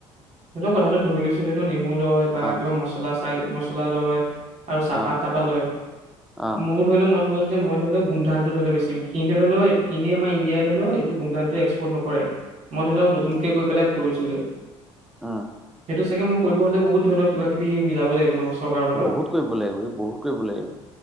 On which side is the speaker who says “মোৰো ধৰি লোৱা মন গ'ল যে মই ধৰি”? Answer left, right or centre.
Right